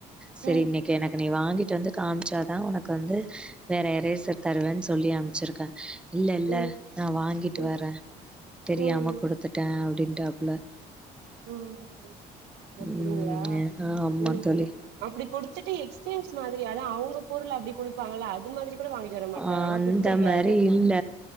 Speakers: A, in the centre; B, on the right.
A: செரி
B: ம்
A: இன்னைக்கு எனக்கு நீ வாங்கிட்டு வந்து காம்ச்சா தா உனக் வந்து வேற எரேசர் தருவன் சொல்லி அம்ச்சிருக்கே இல்ல இல்ல
B: ம்
A: நா வாங்கிட்டு
B: ம்
A: வரே தெரியாம
B: ம்
A: குடுத்துட்டே அப்டின்ட்டாப்ல
B: ம் <inaudible> அப்டிங்களா
A: ம் ஆமா
B: ம்
A: தோழி
B: அப்டி குடுத்துட்டு எக்ஸ்சேன்ஜ் மாதிரி ஆனா அவுங்க பொருள அப்டி குடுப்பாங்களா அது மாதிரி பொருள் வாங்கிட்டு வர மாட்றாரு
A: அந்த
B: ஆனா குடுத்துட்றாரு
A: மாரி இல்ல